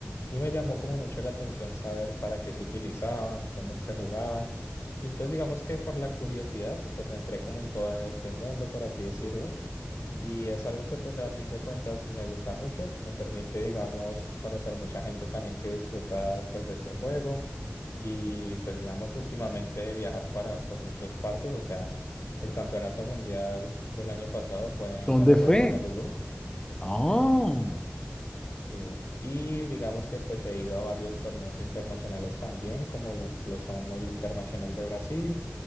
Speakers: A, on the left; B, on the left.
A: Y me llamó como mucho la atención saber para qué se utilizaban, cómo se jugaban. Y entonces digamos que por la curiosidad, pues entré como en todo este mundo, por así decirlo. Y es algo que pues a fin de cuentas me gusta mucho, me permite, digamos, conocer mucha gente también que disfruta pues de este juego y pues digamos últimamente viajar para por muchas partes, o sea, el campeonato mundial del año pasado fue
B: ¿Dónde
A: en Hawái,
B: fue?
A: Honolulu
B: Ah.
A: Sí, y digamos que pues he ido a varios torneos internacionales también, como lo, lo son el Internacional de Brasil,